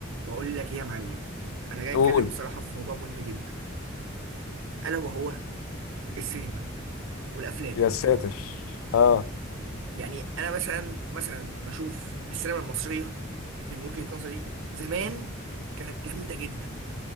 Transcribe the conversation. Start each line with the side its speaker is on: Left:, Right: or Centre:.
Right: بقول لك ايه يا معلم انا جاي
Left: قول
Right: اتكلم الصراحه في موضوع مهم جدا الا وهو السينما والافلام
Left: يا ساتر اه
Right: يعني انا مثلا مثلا بشوف السينما المصريه من وجهه نظري زمان كانت جامده جدا